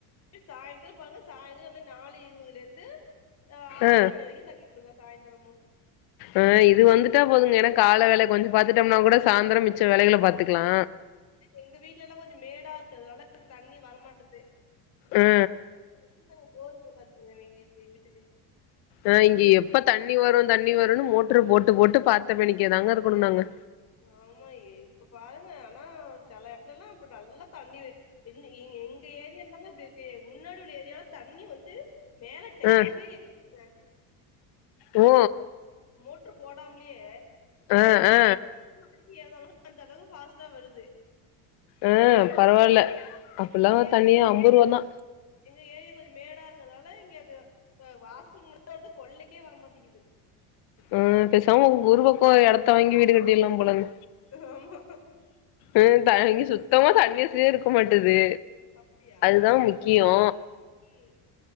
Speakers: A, on the left; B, on the left.
A: சாய்ந்தரோ பாருங்க சாய்ந்தரோ வந்து நாலு இருவதுல இருந்து ஆற்ர
B: ஆ
A: மணி வரைக்கு தண்ணி இங்க சாய்ந்தரமு
B: அ இது வந்துட்டா போதுங்க ஏனா கால வேல கொஞ்சோ பாத்துட்டம்னா கூட சாந்துரோ மிச்ச வேலைகள பாத்துக்கலா
A: எங்க வீட்ல எல்லா கொஞ்சோ மேடா இருக்குறதுனால தண்ணி வரமாட்டது
B: ஆ
A: <unintelligible> போரு போட்டா இங்க எ எங் வீட்டுக்கு
B: அ இங்க எப்ப தண்ணி வரு தண்ணி வருன்னு மோட்ரு போட்டு போட்டு பாத்த மேனிக்கே தாங்க இருக்கனு நாங்க
A: ஆமா இப்ப பாருங்க ஆனா செல எடத்துலலா இப்ப நல்லா தண்ணி என் இங் எங்க ஏரியால்ல தாங்க இப்டி இருக்கு முன்னாடி உள்ள ஏரியால தண்ணி வந்து மேல டங்குக்கே
B: ஆ
A: ஏறுதுங்க
B: ஓ
A: மோட்ரு போடாமல்யே
B: அ அ
A: அடிக்க <unintelligible> அந்த அளவு ஃபாஸ்ட்டா வருது
B: அ பரவால்ல அப்பல்லா
A: எங்க ஏரியா
B: தண்ணியே
A: வந்து
B: அம்பரூவா தா
A: எங்க ஏரியா கொஞ்சோ மேடா இருக்கறதால இங்க அது அ வாசிங் முன்ன வருது கொள்ளைக்கே வரமாட்டேகுது
B: ம் பேசாம உங்க ஊரு பக்கோ எடத்த வாங்கி வீடு கட்டிட்லா போலங்க
A: ஆமா
B: ம் தண்ணி சுத்தமா தண்ணி வசதியே இருக்க மாட்டது
A: அப்டியா
B: அதுதா
A: அ
B: முக்கியோ
A: ம்